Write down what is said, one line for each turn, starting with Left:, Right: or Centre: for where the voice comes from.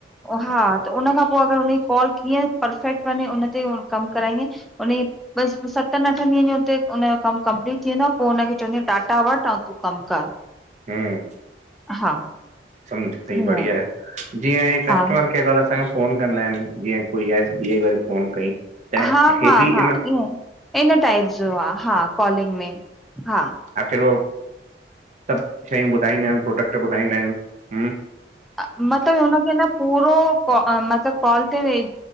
Centre: हा त उन खां पो अगर हुनजी कॉल कीअं परफेक्ट वञे उन ते कम कराईंदीअं उन जी बस सभ सतनि अठनि ॾींहंनि जो उते उनजो कम कंपलीट थीे वींदो आ पो हुनखे चवंदी आहियां डाटा वठि ऐं तूं कम कर।
Right: हम्म
Centre: हा
Right: समझ सही
Centre: ईअं
Right: बढ़िया आहे, जीअं कस्टमर
Centre: हा
Right: केयर वारा असांखे फोन कंदा आहिन जीअं कोई एस बी वारे फोन कई। त
Centre: हा -हा
Right: हे बि
Centre: -हा
Right: इन
Centre: ईअ इन टाइप जो आ हा कॉलिंग में हा।
Right: अकेलो सभु शयूं ॿुधाईंदा आहिनि प्रोडक्ट ॿुधाईंदा आहिनि ह्म।
Centre: अ मतलब उनखें न -- पूरो कॉ मतलब कॉल ते हेॾी